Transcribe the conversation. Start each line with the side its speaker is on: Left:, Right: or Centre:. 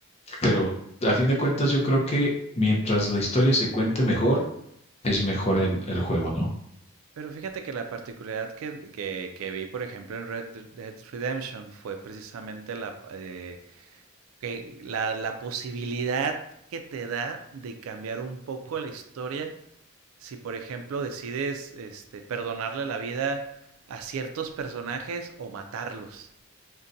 Left: pero a fin de cuentas yo creo que mientras la historia se cuente mejor, es mejor el, el juego, ¿no?
Right: Pero fíjate que la particularidad que, que- que vi, por ejemplo, en Red Dead Redemption fue precisamente la, eh, que la, la posibilidad que te da de cambiar un poco la historia si, por ejemplo, decides este, perdonarle la vida a ciertos personajes o matarlos.